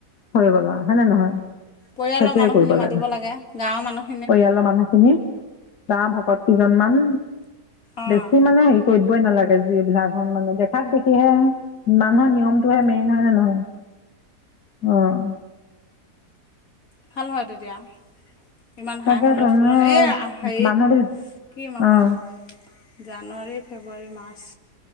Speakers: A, on the left; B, on the left.
A: হৈ গল আৰু হয়নে নহয়?
B: পৰিয়ালৰ
A: সেইটোৱে
B: মানুহখিনি
A: কৰিব লাগে
B: মাতিব লা গাঁৱৰ মানুহ
A: পৰিয়ালৰ মানুহখিনি বা ভকত কেইজনমান
B: অঁ
A: বেছি মানে কৰিবই নালাগে যিবিলাকৰ মানে দেখাত দেখিহে মানুহৰ নিয়ম তোহে মেইন হয় নে নহয়? অ',
B: ভাল হয় তেতিয়া। ইমান হাই
A: তাকে
B: হুলস্থুলত
A: তেনে
B: এই হেৰিত
A: মানুহবিলাক
B: কি মাহত
A: অঁ
B: জানুৱাৰী, ফেব্ৰুৱাৰী, মাৰ্চ